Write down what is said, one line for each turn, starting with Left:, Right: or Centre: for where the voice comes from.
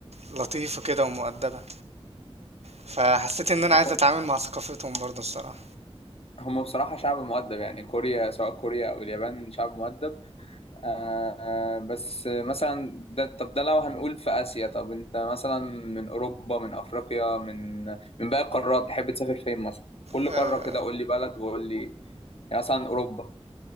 Right: لطيفة كده ومؤدبة فحسيت ان انا عايز
Left: هم
Right: اتعامل مع ثقافتهم برضو الصراحة
Left: هم بصراحة شعب مؤدب يعني كوريا سواء كوريا او اليابان شعب مؤدب آه بس مثلا ده طب ده لو هنقول في اسيا طب انت مثلا من اوروبا من افريقيا من من باقي القارات تحب تسافر فين مثلا كل
Right: آه،
Left: قارة كده قول لي بلد وقول لي يعني مثلا اوروبا